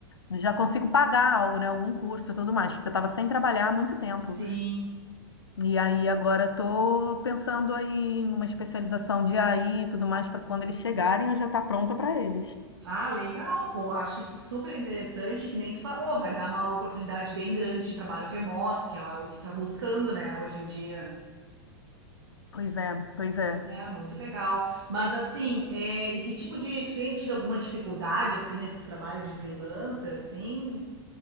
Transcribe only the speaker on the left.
já consigo pagar algo, né? Algum curso e tudo mais, porque eu estava sem trabalhar há muito tempo.
E aí agora estou pensando aí em uma especialização de AI e tudo mais, para quando eles chegarem eu já estar pronta para eles.
Pois é, pois é.